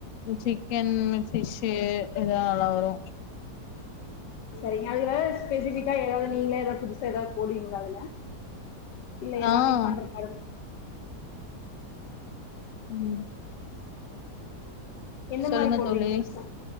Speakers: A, on the left; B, on the left.
A: ம் சிக்கன் பிஷ்ஷு இதுலா நல்லா வரு
B: செரிங்க அதுல ஸ்பெசிஃபிக்கா எதாவ்து நீங்க எதா புதுசா எதாவ்து போடுவீங்லா அதுல இல்ல எல்லாமே
A: ஆ
B: பண்ற மாரிதா
A: ம்
B: எந்த
A: சொல்லுங்க
B: மாரி போடுவீங்க
A: தோழி
B: புதுசா